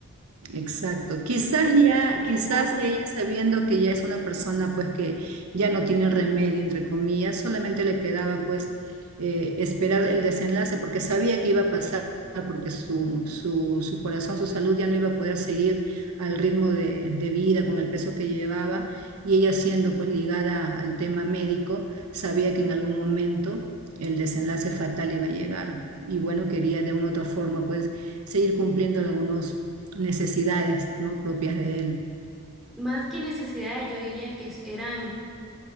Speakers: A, on the right; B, in the centre.
A: Exacto. Quizás
B: Simplemente
A: ya, quizás
B: lo con-
A: ella sabiendo que ya es una persona pues que ya no tiene remedio, entre comillas, solamente le quedaba pues eh, esperar el desenlace porque sabía que iba a pasar, porque su, su, su corazón, su salud ya no iba a poder seguir al ritmo de, de vida con el peso que llevaba y ella siendo pues ligada al tema médico, sabía que en algún momento el desenlace fatal iba a llegar y bueno, quería de una u otra forma pues seguir cumpliendo algunos necesidades no propias de él,
B: más que necesidades, yo diría que es- eran